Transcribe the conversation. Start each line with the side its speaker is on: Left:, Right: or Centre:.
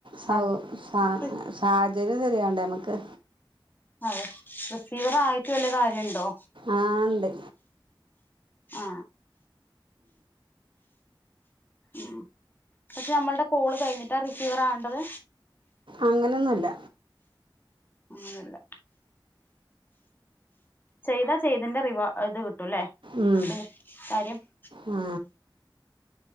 Right: സൗ
Left: അത്
Right: സാ സാഹചര്യം ശെരി ആവണ്ടേ നമ്മക്ക്
Left: അതെ റിസീവർ ആയിട്ട് വല്ല്യ കാര്യുണ്ടോ
Right: ആ ഉണ്ട്
Left: ആ ഉം പക്ഷെ നമ്മൾടെ കോള് കഴിഞ്ഞിട്ടാ റിസീവർ ആവണ്ടത്
Right: അങ്ങനൊന്നുമില്ല
Left: അങ്ങനല്ല ചെയ്താ ചെയ്തിന്റെ റിവാ ഇത് കിട്ടൂല്ലേ
Right: ഉം
Left: പിന്നെ കാര്യം <inaudible>
Right: ആ